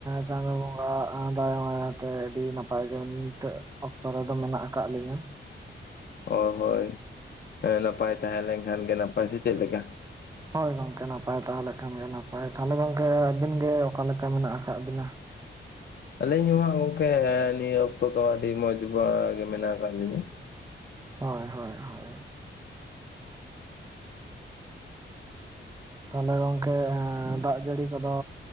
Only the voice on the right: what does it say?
ᱪᱟᱸᱫᱚ ᱵᱚᱸᱜᱟ ᱫᱟᱭᱟ ᱢᱟᱭᱟᱛᱮ ᱟᱹᱰᱤ ᱱᱟᱯᱟᱭ ᱜᱮ ᱢᱤᱱᱟᱹᱧᱟ ᱱᱤᱛᱚᱜ ᱚᱠᱛᱚ ᱨᱮᱫᱚ ᱢᱮᱱᱟᱜ ᱟᱠᱟᱫ ᱞᱤᱧᱟ
ᱦᱳᱭ ᱜᱚᱝᱠᱮ ᱱᱟᱯᱟᱭ ᱛᱟᱦᱮ ᱞᱮᱠᱷᱟᱱ ᱜᱮ ᱱᱟᱯᱟᱭ ᱛᱟᱦᱚᱞᱮ ᱜᱚᱝᱠᱮ ᱟᱹᱵᱤᱱ ᱜᱮ ᱚᱠᱟ ᱞᱮᱠᱟ ᱢᱮᱱᱟᱜ ᱟᱠᱟᱫ ᱵᱤᱱᱟ
ᱦᱳᱭ ᱦᱳᱭ ᱦᱳᱭ ᱛᱟᱦᱚᱞᱮ ᱜᱚᱝᱠᱮ ᱫᱟᱜ ᱡᱟᱹᱲᱤ ᱠᱚᱫᱚ